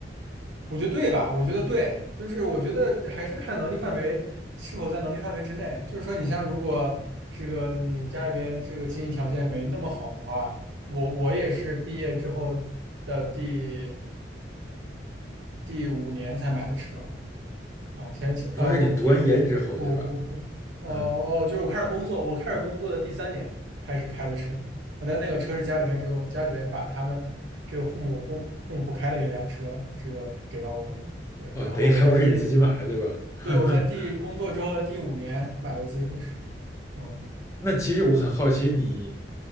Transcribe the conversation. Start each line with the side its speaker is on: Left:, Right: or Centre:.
Right: 我觉得对吧？我觉得对，就是我觉得还是看能力范围是否在能力范围之内。就是说，你像如果这个你家里边这个经济条件没那么好的话，我我也是毕业之后的第第五年才买的车嘛。啊，前前啊不，
Left: 你说是你读完研之后，
Right: 第不不不，
Left: 对吧？
Right: 哦
Left: 嗯，
Right: 哦，就是我开始工作，我开始工作的第三年开始开的车，我的那个车是家里边给我家里边把他们这个父母不父母不开的一辆车，这个给到我的，对，
Left: 哦，
Right: 然后我在第，
Left: 等于还不是你自己买的，对吧？<laughs>
Right: 对我在第工作之后的第五年买了自己的车，嗯。
Left: 那其实我很好奇你，